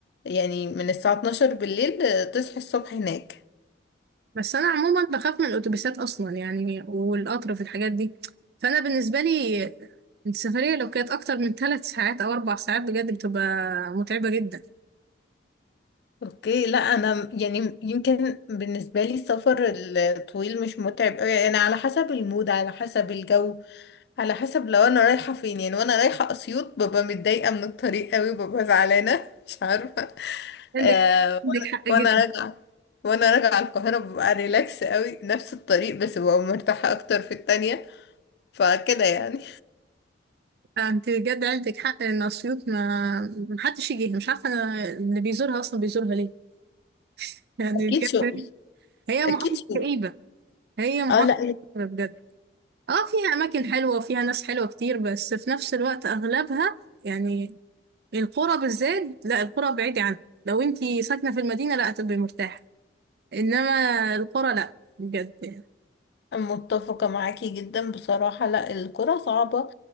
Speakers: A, on the left; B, on the right.
A: يعني من الساعة 12 بالليل آه، تصحي الصبح هناك
B: بس انا عموما بخاف من الاتوبيسات اصلا يعني والقطر في الحاجات دي فانا بالنسبه لي السفريه لو كانت اكتر من ثلاث ساعات او اربع ساعات بجد بتبقى متعبه جدا
A: اوكي لا انا يعني يمكن بالنسبه لي السفر الطويل مش متعب قوي انا على حسب المود على حسب الجو على حسب لو انا رايحه فين يعني وانا رايحه اسيوط ببقى متضايقه من الطريق قوي ببقى زعلانه <laughs> مش عارفه
B: عندك
A: آه
B: عندك حق جدا
A: وانا راجعه وانا راجعه القاهره ببقى ريلاكس قوي نفس الطريق بس ببقى مرتاحه اكتر في التانية فكده يعني
B: انت بجد عندك حق ان اسيوط ما محدش يجيها مش عارفه انا اللي بيزورها اصلا بيزورها ليه يعني
A: اكيد
B: بجد
A: شغل
B: هي محافظه
A: اكيد شغل
B: كئيبه هي محافظه
A: اه لا
B: كئيبة بجد اه فيها اماكن حلوه وفيها ناس حلوه كتير بس في نفس الوقت اغلبها يعني القرى بالذات لا القرى بعيدة عنها لو انتي ساكنة في المدينة لا هتبقي مرتاحة انما القرى لا بجد يعني.
A: متفقة معاكي جدا بصراحة لا الكرة صعبة